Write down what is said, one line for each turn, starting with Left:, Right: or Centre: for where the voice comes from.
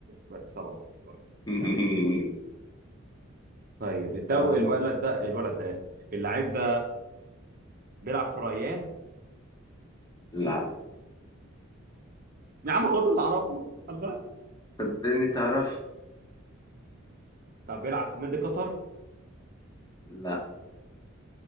Right: بس خلاص خلاص
Left: <laughs>
Right: تمام طيب الدو
Left: آه
Right: الولد ده الولد ده اللعيب ده بيلعب في الريان
Left: لا
Right: يا عم هو ده اللي اعرفه الله
Left: صدقني تعرف
Right: طب بيلعب في نادي قطر
Left: لا